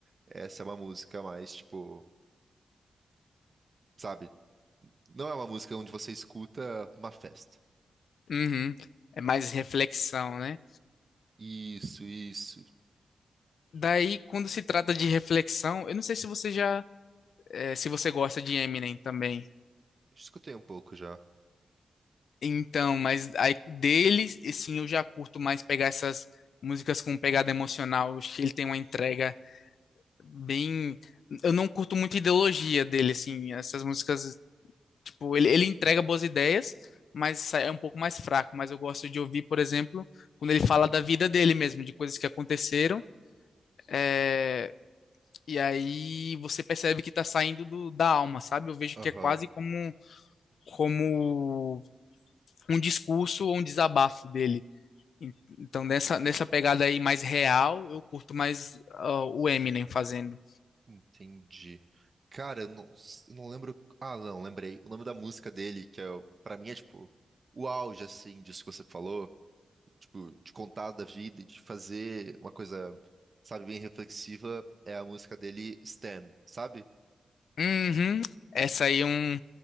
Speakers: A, on the right (about 45°); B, on the left (about 80°).
A: essa é uma música mais tipo, sabe, Não é uma música onde você escuta numa festa.
B: Uhum. É mais reflexão, né?
A: Isso, isso.
B: Daí, quando se trata de reflexão, eu não sei se você já, eh, se você gosta de Eminem também.
A: Escutei um pouco já.
B: Então, mas aí deles e sim, eu já curto mais pegar essas músicas com pegada emocional. Eu Acho que ele tem uma entrega bem. Eu não curto muito a ideologia dele, assim. Essas músicas Tipo, ele, ele entrega boas ideias, mas é um pouco mais fraco. Mas eu gosto de ouvir, por exemplo, quando ele fala da vida dele mesmo, de coisas que aconteceram. é, E aí você percebe que está saindo do- da alma, sabe? Eu vejo
A: Aham,
B: que é quase como, como um discurso ou um desabafo dele. En- Então, nessa, nessa pegada aí mais real, eu curto mais ah, o Eminem fazendo.
A: entendi. Cara, eu não, eu não lembro. Ah, não, lembrei. O nome da música dele, que é, o- pra mim é tipo o auge, assim, disso que você falou, tipo, de contar da vida, de fazer uma coisa, sabe, bem reflexiva, é a música dele, Stan, sabe?
B: Uhum. Essa aí é um,